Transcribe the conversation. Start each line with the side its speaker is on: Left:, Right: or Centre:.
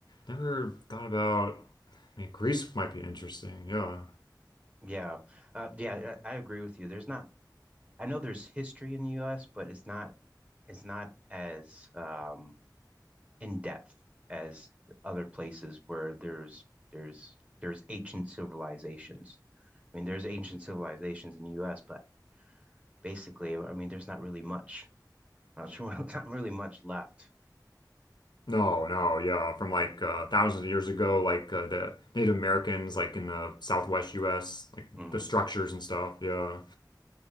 Left: Never thought about. I mean, Greece might be interesting. Yeah.
Right: yeah, uh, yeah. I, I agree with you. There's not. I know there's history in the U.S., but it's not. It's not as um, in depth as other places where there's there's there's ancient civilizations. I mean, there's ancient civilizations in the U.S., but basically, I mean, there's not really much, not, <laughs> not really much left.
Left: No, no, yeah. From like uh, thousands of years ago, like uh, the Native Americans, like in the Southwest U.S., like
Right: Mm.
Left: the structures and stuff. Yeah.